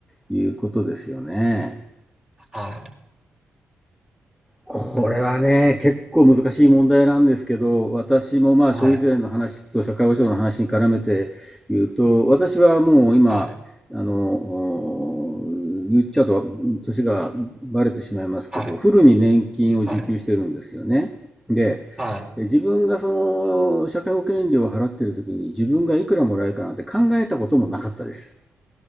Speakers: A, in the centre; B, on the right.
A: いうことですよね。
B: はい。
A: これはね、結構難しい問題なんですけど、私もまあ消費税の話と社会保障の話に絡めて言うと、
B: はい。
A: 私はもう今、
B: はい。
A: あの、お言っちゃうと年がバレてしまいますけど、
B: はい。
A: フルに年金を受給してるんですよね。
B: はい。
A: で、
B: はい。
A: 自分がその社会保険料を払ってる時に自分がいくらもらえるかなんて考えたこともなかったです。